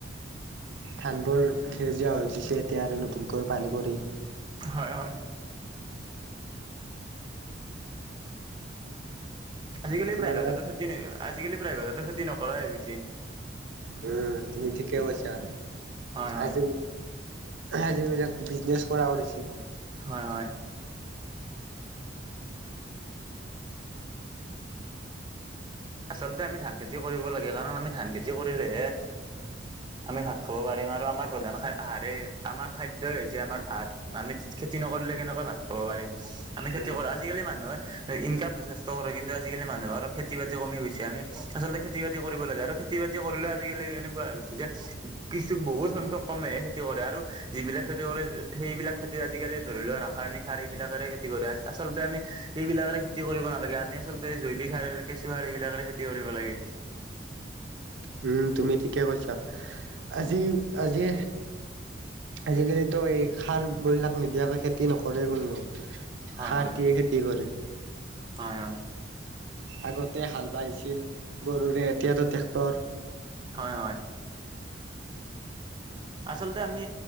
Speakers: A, on the right (about 75°); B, on the right (about 25°).
A: ধানবোৰ সেউজীয়া হৈ উঠিছে। এতিয়া আৰু নতুনকৈ পানী পৰি।
B: হয়- হয়। আজিকালি
A: তোমালোকৰ
B: প্ৰায়ভাগতো খেতি, আজিকালি প্ৰায়ভাগতো খেতি নকৰাই হৈ গৈছে।
A: উম, তুমি ঠিকে কৈছা।
B: হয় হয়
A: আজি আজিবিলাক বিজনেছ কৰা কৰিছে।
B: হয়- হয়। আচলতে আমি ধান খেতিও কৰিব লাগে। কাৰণ আমি ধান খেতি কৰিলেহে আমি ভাত খাব পাৰিম। আৰু আমাৰ প্ৰধান খা আহাৰেই আমাৰ খাদ্যই হৈছে আমাৰ ভাত। আমি খেতি নকৰিলে কেনেকৈ ভাত খাব পাৰিম। আমি খেতি
A: উম
B: কৰো আজি আজিকালি মানুহে ইনকাম যথেষ্ট কৰে। কিন্তু আজিকালি মানুহৰ খেতি- বাতি কমি গৈছে। আমি আচলতে খেতি- বাতি কৰিব লাগে। আৰু খেতি- বাতি কৰিলেও আজিকালি এনেকুৱা হৈ গৈছে, যে কিছু বহুত সংখ্যাক কমেহে খেতি কৰে। আৰু যিবিলাক খেতি কৰে সেইবিলাক খেতি আজিকালি ধৰি লোৱা, ৰাসায়নিক সাৰ এইবিলাকেৰে খেতি কৰে। আচলতে আমি এইবিলাকেৰে খে খেতি কৰিব নালাগে। আমি আচলতে জৈৱিক সাৰেৰে কেঁচু‌সাৰ এইবিলাকেৰে খেতি কৰিব লাগে।
A: হয়, তুমি ঠিকে কৈছা। আজি- আজি আজিকালিতো এই সাৰবিলাক নিদিয়াকৈ খেতি নকৰে কোনেও।
B: হয়
A: সাৰ
B: হয়
A: দিয়ে খেতি কৰে।
B: হয়- হয়।
A: আগতে হাল বাইছিল গৰুৰে। এতিয়াতো ট্ৰেক্টৰ।
B: হয়- হয়। আচলতে আমি